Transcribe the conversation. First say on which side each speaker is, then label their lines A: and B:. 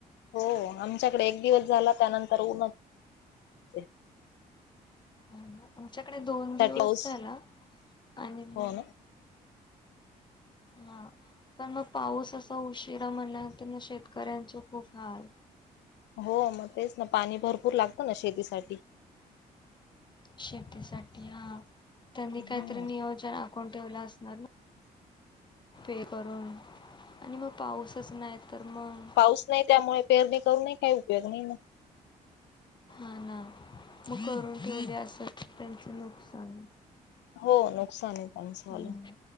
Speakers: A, on the left (about 65°); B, on the left (about 25°).
A: हो आमच्याकडे एक दिवस झाला त्यानंतर ऊनचं
B: आमच्याकडे दोन दिवस
A: पाऊस
B: झाला आणि मग
A: हो ना
B: हा पण मग पाऊस असा उशिरा म्हणल्यानंतर शेत कऱ्याचं खूप हाल
A: हो मग तेच ना पाणी भरपूर लागतं ना शेतीसाठी
B: शेतीसाठी हा त्यांनी
A: हम्म.
B: काहीतरी नियोजन आखूण ठेवलं असणार ना. पे करून आणि मग पाऊसच नाही तर मग
A: पाऊस नाही त्यामुळे पेरणी करूनही काही उपयोग नाही ना.
B: ह ना मग करून ठेवली अस त्यांचे नुकसान
A: हो नुकसान आहे त्यांचं
B: हम्म
A: वाल